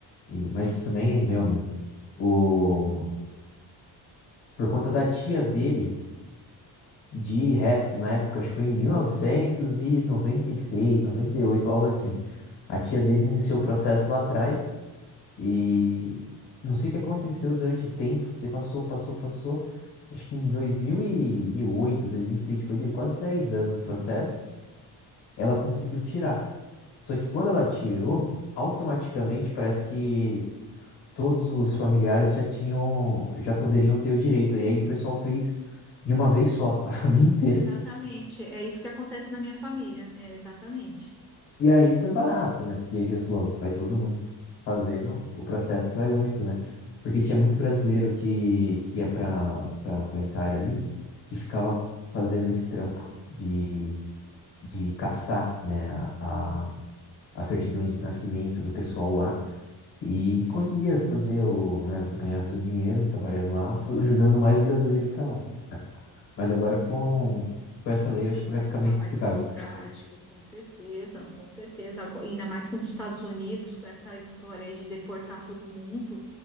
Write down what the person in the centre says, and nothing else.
exatamente. É isso que acontece na minha família. É exatamente
isso.
Agora
está
mais
burocrático, com certeza, com certeza. Agora- ainda mais com os Estados Unidos, com essa história aí de deportar todo mundo.